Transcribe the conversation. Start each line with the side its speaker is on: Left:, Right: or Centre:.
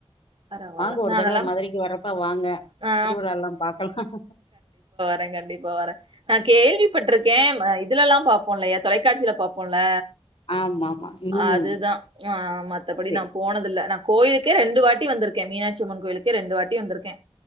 Right: பரவால்ல
Left: வாங்க ஒரு
Right: நா
Left: தடவ
Right: அதெல்லா
Left: மதுரைக்கு வரப்ப வாங்க
Right: ஆ
Left: திருவிழால்லா பாக்கலாம்
Right: நா கண்டிப்பா வர நா கேள்விப்பட்ருக்கே இதுலலா பாப்போல்லயா தொலைக்காட்சி பாப்போல
Left: ஆமா ஆமா ம்
Right: அதுதா மத்தபடி
Left: சரி
Right: நா போனதுல்ல நா கோயிலுக்கே ரெண்டு வாட் வந்துருக்க மீனாட்சிம்மன் கோயிலுக்கு ரெண்டு வாட்டி வந்துருக்கே